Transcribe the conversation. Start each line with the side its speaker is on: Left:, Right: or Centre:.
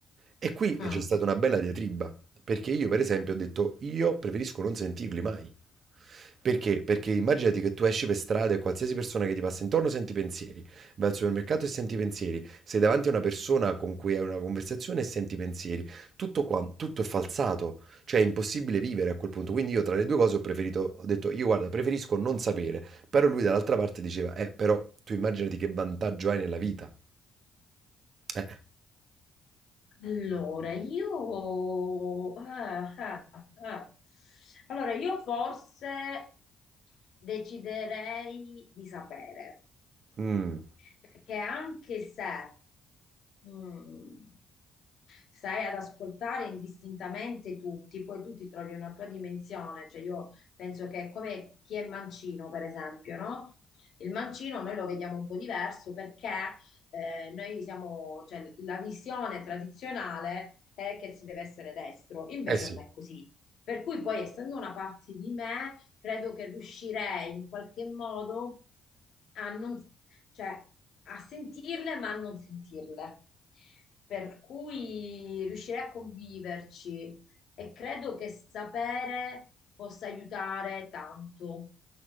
Right: E qui
Left: Ah.
Right: c'è stata una bella diatriba, perché io per esempio ho detto, io preferisco non sentirli mai. Perché? Perché immaginati che tu esci per strada e qualsiasi persona che ti passa intorno senti pensieri, vai al supermercato e senti pensieri, sei davanti a una persona con cui hai una conversazione e senti pensieri, tutto qua, tutto è falsato, cioè è impossibile vivere a quel punto, quindi io tra le due cose ho preferito, ho detto io guarda preferisco non sapere, però lui dall'altra parte diceva eh però tu immaginati che vantaggio hai nella vita, eh,
Left: Allora, io... ah, ah, ah. Allora, io forse deciderei di sapere.
Right: mm,
Left: perché anche se mm, stai ad ascoltare indistintamente tutti, poi tu ti trovi una tua dimensione, cioè io penso che è come chi è mancino, per esempio, no? Il mancino noi lo vediamo un po' diverso perché eh, noi siamo, cioè, la visione tradizionale è che si deve essere destro, invece
Right: eh sì,
Left: non
Right: il
Left: è così. Per cui poi, essendo una parte di me, credo che riuscirei in qualche modo a non cioè a sentirle ma a non sentirle. Per cui riuscirei a conviverci e credo che sapere possa aiutare tanto.